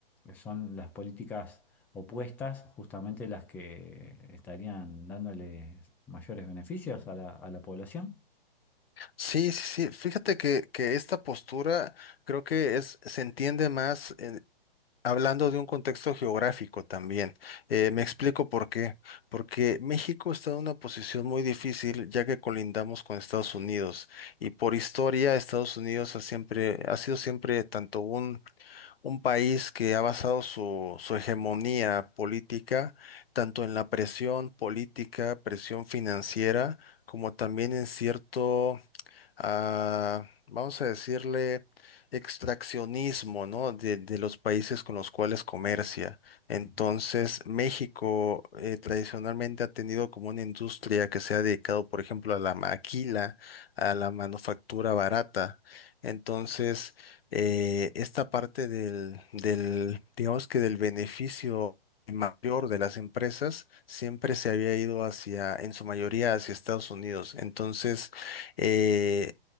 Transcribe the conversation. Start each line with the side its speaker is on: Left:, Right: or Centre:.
Centre: son las políticas opuestas justamente las que estarían dándoles mayores beneficios a la, a la población.
Left: Sí, sí, sí. Fíjate que, que esta postura creo que es, se entiende más en- hablando de un contexto geográfico también. Eh,
Centre: Ujú,
Left: me explico por qué. Porque México está en una posición muy difícil ya que colindamos con Estados Unidos y por historia Estados Unidos ha siempre, ha sido siempre tanto un, un país que ha basado su, su hegemonía política tanto en la presión política, presión financiera, como también en cierto ah, vamos a decirle, extraccionismo, ¿no? De, de los países con los cuales comercia. Entonces,
Centre: ujú.
Left: México eh, tradicionalmente ha tenido como una industria que se ha dedicado, por ejemplo, a la maquila, a la manufactura barata. Entonces, eh, esta parte del, del, digamos que del beneficio mayor de las empresas siempre se había ido hacia, en su mayoría, hacia Estados Unidos. Entonces, eh,